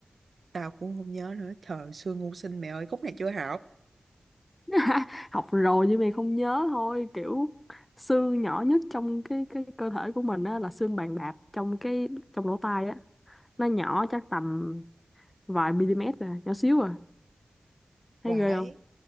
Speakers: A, on the right; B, on the left.
A: tao cũng không nhớ nữa trời xưa ngu sinh mẹ ơi khúc này chưa học
B: <laughs> học rồi nhưng mà không nhớ thôi kiểu xương nhỏ nhất trong cái cái cơ thể của mình á là xương bàn đạp trong cái trong lỗ tai á nó nhỏ chắc tầm vài mm à nhỏ xíu à
A: vãi
B: thấy ghê không